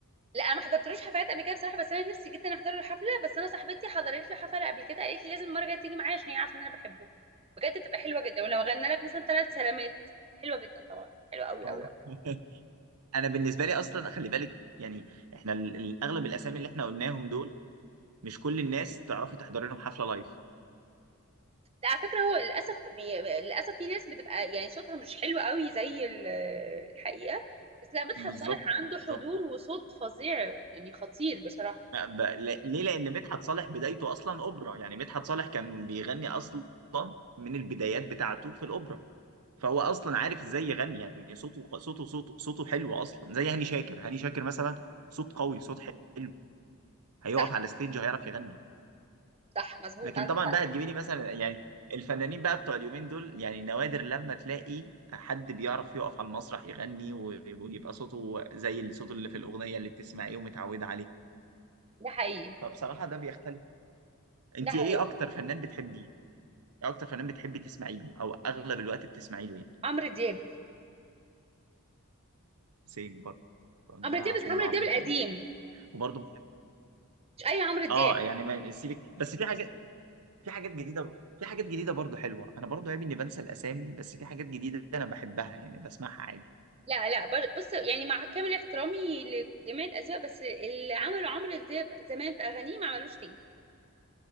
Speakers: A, on the right; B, on the right.
A: لا انا ما حضرتلوش حفلات قبل كده بصراحه بس انا نفسي جدا احضر له حفله بس انا صاحبتي حضرت له حفله قبل كده قالت لي لازم المره الجايه تيجي معايا عشان هي عارفه ان انا بحبه بجد تبقى حلوه جدا ولو غنى لك مثلا ثلاث سلامات حلوه جدا طبعا حلوه قوي
B: اه
A: قوي قوي
B: <laughs> انا بالنسبه لي اصلا خلي بالك يعني احنا ال- ال- اغلب الاسامي اللي احنا قلناهم دول مش كل الناس تعرفي تحضري لهم حفله لايف
A: لا على فكره هو للاسف بي... للاسف في ناس بتبقى يعني صوتها مش حلو قوي زي ال- الحقيقه بس لا مدحت
B: بالظبط
A: صالح
B: بالظبط
A: عنده حضور وصوت فظيع يعني خطير بصراحه
B: ما- ب... لا- ليه لان مدحت صالح بدايته اصلا اوبرا يعني مدحت صالح كان بيغني اصلا من البدايات بتاعته في الاوبرا فهو اصلا عارف ازاي يغني يعني صوته صوته صوته صوته حلو اصلا زي هاني شاكر هاني شاكر مثلا صوت قوي صوت حلو هيقف
A: صح
B: على ستيج هيعرف يغني
A: صح مظبوط
B: لكن
A: عندك
B: طبعا
A: حق
B: بقى تجيبي لي مثلا يعني الفنانين بقى بتوع اليومين دول يعني نوادر لما تلاقي حد بيعرف يقف على المسرح يغني و- ويبقى صوته زي الصوت اللي في الاغنيه اللي بتسمعيه ومتعوده عليه
A: ده حقيقي
B: فبصراحه ده بيختلف انت
A: ده حقيقي
B: ايه اكتر فنان بتحبيه ايه اكتر فنان بتحبي تسمعي له او اغلب الوقت بتسمعي له يعني
A: عمرو دياب
B: سيم برضه انا
A: عمرو دياب بس
B: بحب
A: عمرو
B: عمرو
A: دياب القديم
B: دياب أوي. وبرضه بحب
A: مش اي عمرو دياب
B: اه يعني ما سيبك بس في حاجات في حاجات جديده في حاجات جديده برضه حلوه انا برضه عيب اني بنسى الاسامي بس في حاجات جديده انا بحبها يعني بسمعها عادي
A: لا لا بر- بص يعني مع كامل احترامي لجميع الأذواق بس اللي عمله عمرو دياب زمان في أغانيه ما عملوش تاني